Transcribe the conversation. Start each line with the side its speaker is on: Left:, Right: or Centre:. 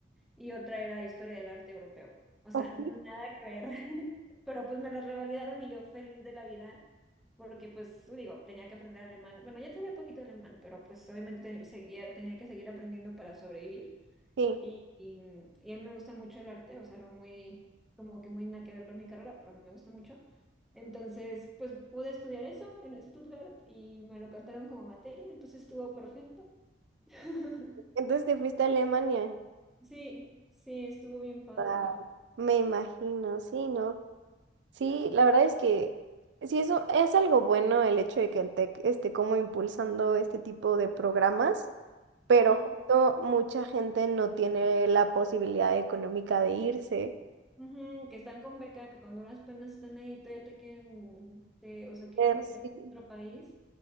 Centre: y otra era historia del arte europeo. O sea,
Right: Ok,
Centre: nada que ver. <laughs> Pero pues me las revalidaron y yo feliz de la vida, porque pues digo, tenía que aprender alemán. Bueno, ya tenía poquito alemán, pero pues obviamente seguía, tenía que seguir aprendiendo para sobrevivir.
Right: Sí.
Centre: Y, y, y a mí me gusta mucho el arte, o sea, algo muy, como que muy nada que ver con mi carrera, pero me gusta mucho. Entonces, pues pude estudiar eso en Stuttgart y me lo cantaron como materia, entonces estuvo perfecto. <laughs>
Right: Entonces te fuiste a Alemania.
Centre: Sí, sí, estuvo bien padre,
Right: Ah,
Centre: la verdad.
Right: Me imagino, sí, ¿no? Sí, la verdad es que sí, eso es algo bueno el hecho de que el TEC esté como impulsando este tipo de programas, pero
Centre: Ujú,
Right: justo mucha gente no tiene la posibilidad económica de irse.
Centre: ujú, que están con beca, que con duras penas están ahí, todavía te quieren, te- o sea, quieren
Right: Ver,
Centre: que
Right: sí.
Centre: te vayas a otro país.